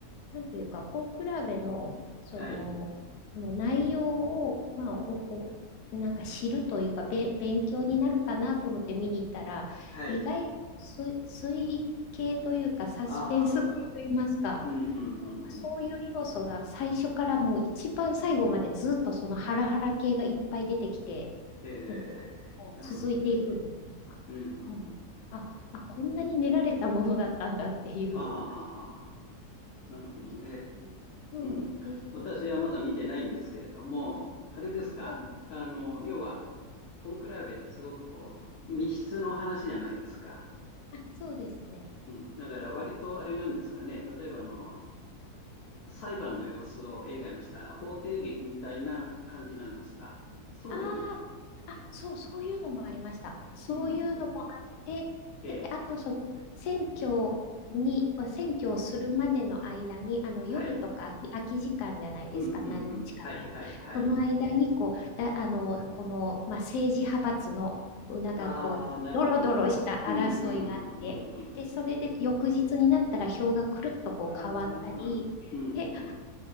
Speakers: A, on the left (about 85°); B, on the left (about 65°).
A: なんというか、根比べの、その、
B: はい。
A: もう内容を、まあ、お、お、なんか知るというか、べ、勉強になるかなと思って見に行ったら、
B: はい。
A: 意外と推、推理系というか、サスペンス系といいますか、
B: ああ、うん、うん、うん、
A: そういう要素が最初からもう一番最後までずっとそのハラハラ系がいっぱい出てきて、
B: うん。え
A: なんか、
B: え、
A: こう続いていくみたい
B: なるほどですね。うん、うん、
A: な。うんあ、
B: うん。
A: あ、こんなに練られたものだったんだっていう。
B: ああ、はあはあはあなるほどね。
A: びっくり。
B: うん。
A: ですね。
B: 私はまだ見てないんですけれども、あれですか、
A: あ、そう。
B: あの、
A: うん、
B: 要は、コンクラーベってすごくこう、密室の話じゃないですか。
A: あ、そうですね。
B: うん。だから割とあれなんですかね、例えばあの、裁判の様子を映画にした法廷劇みたいな感じなんですか。
A: うん
B: そうでもない。
A: ああ、あ、そう、そういうのもありました。そういうのもあって、
B: うんうんうん。ええ。
A: で、あとその選挙に、選挙をするまでの間に、あの夜とか空き、
B: はい。
A: 空き時間じゃないですか、
B: うんうんうん。
A: 何日間ない。
B: はいはいはい。
A: その間にこう、だ、あの、この、まあ、政治派閥の、なんかこう、
B: ああ、なるほどなるほど。
A: ドロドロした争いがあって、
B: うんうんうんうんうんうん。
A: で、それで翌日になったら票がくるっとこう変わったり、
B: ああ、なるほどなるほど。うんうんうん。
A: で、